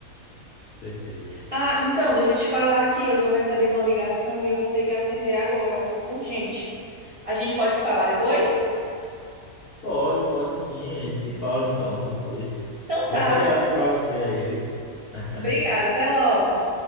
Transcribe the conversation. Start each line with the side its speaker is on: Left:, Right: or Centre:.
Left: certeza.
Right: Ah, então, deixa eu te falar aqui, eu tô recebendo uma ligação e eu vou ter que atender agora, é um pouco urgente. A gente pode se falar depois?
Left: Pode, pode sim. A gente se fala então depois.
Right: Então
Left: Bom
Right: tá.
Left: feriado pra você aí, viu? <laughs>
Right: Obrigada, até logo.